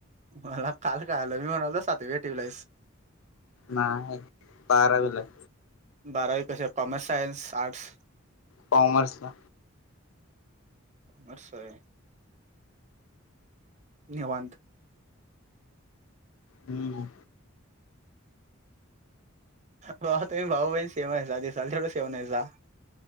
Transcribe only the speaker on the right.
मला काल कळालं मी म्हणायचो सातवी आठवीला हाईस.
बारावी कशात कॉमर्स, सायन्स, आर्ट्स
कॉमर्स व्हय. निवांत.
ब तुम्ही भाऊ बहीण सेम आहेत दिसायला तेवढं सेमं नाहीसा.